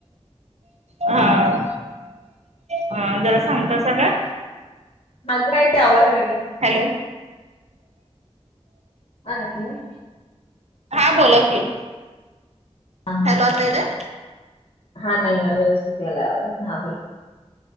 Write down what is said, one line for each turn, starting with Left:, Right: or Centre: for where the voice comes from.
Right: हा
Left: अ
Right: हा जरा सांगतासा का?
Left: माझंय ते आवाज यायलागलाय.
Right: हॅलो
Left: हा, हॅलो.
Right: हां बोला की.
Left: हा हा
Right: हॅलो
Left: हं
Right: आता येतोय
Left: हा नाही यायलाय, व्यवस्थित यालाय आवाज हा बोला.